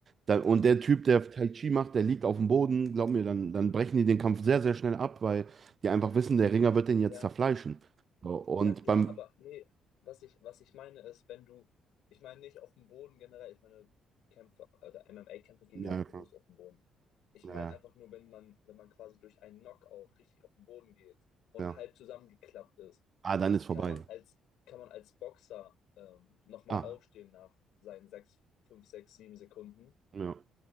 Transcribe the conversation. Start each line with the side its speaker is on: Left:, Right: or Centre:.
Right: dann, und der Typ, der Tai Chi macht, der liegt auf dem Boden, glaub mir, dann, dann brechen die den Kampf sehr, sehr schnell ab, weil die einfach wissen, der Ringer wird den jetzt
Left: ja,
Right: zerfleischen. So, Und
Left: ja, klar,
Right: beim
Left: aber nee, was ich, was ich meine ist, wenn du, ich meine nicht auf dem Boden generell, ich meine Kämpfer, oder MMA-Kämpfer gehen
Right: Ja,
Left: ja auch
Right: klar.
Left: bewusst auf den Boden. Ich
Right: Ja,
Left: meine einfach nur, wenn man, wenn man quasi durch einen Knockout richtig auf den Boden geht und
Right: ja.
Left: halb zusammengeklappt ist,
Right: Ah, dann ist vorbei.
Left: kann man als, kann man als Boxer ähm, nochmal
Right: Ah,
Left: aufstehen nach seinen sechs, fünf, sechs, sieben Sekunden
Right: ja.